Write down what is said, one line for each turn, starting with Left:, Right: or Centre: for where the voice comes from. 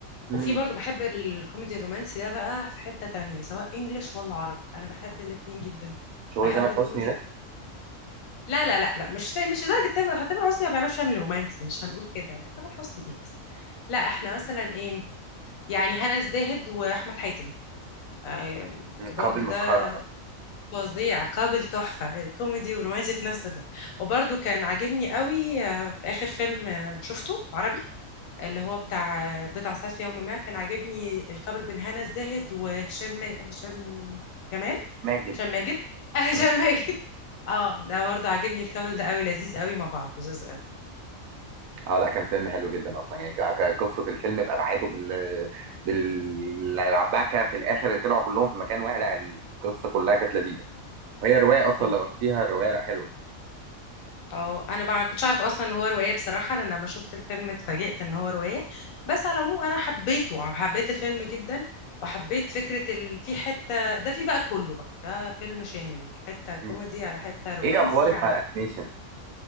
Right: مم.
Left: وفي برضو بحب الكوميدي الرومانسي ده بقى في حته تانية سواء انجليش ولا عربي انا بحب الاتنين جدا
Right: شغل
Left: بحب
Right: تامر
Left: الكوميدي
Right: حسني ده
Left: لا لا لا لا مش مش لدرجه تامر تامر حسني ما بيعملش يعمل رومانسي مش هنقول كده لا تامر حسني ايه بس لا احنا مثلا ايه يعني هنا الزاهد واحمد حاتم آه،
Right: مم.
Left: برضو
Right: قابل مسخره
Left: ده فظيع قابل تحفه كوميدي ورومانسي في نفس الوقت وبرضو كان عاجبني قوي آه، في اخر فيلم آه، شفته عربي اللي هو بتاع بضع ساعات في يوم ما كان عاجبني الكابل بين هنا الزاهد وهشام هشام جمال
Right: مان جدا
Left: هشام ماجد <laughs> هشام
Right: مم.
Left: ماجد اه ده برضه عاجبني الكابل ده قوي لذيذ قوي مع بعض لذيذ قوي
Right: اه لا كان فيلم حلو جدا اصلا يعني ك- كقصه الفيلم بابعاده بال بالعباكه في الاخر طلعوا كلهم في مكان واحد لا القصه كلها كانت لذيذه وهي رواية أصلا
Left: حلو
Right: لو قريتيها الرواية لأ حلوة
Left: اه انا ما كنتش اعرف اصلا ان هو روايه بصراحه انا لما شفت الفيلم اتفاجئت ان هو روايه بس على العموم انا حبيته حبيت الفيلم جدا وحبيت فكره ال... في حته ده في بقى كله بقى ده فيلم شامل حته كوميدي
Right: مم.
Left: على حته رومانسي
Right: إيه أخبارك
Left: على
Right: مع الأنيميشن
Left: ح-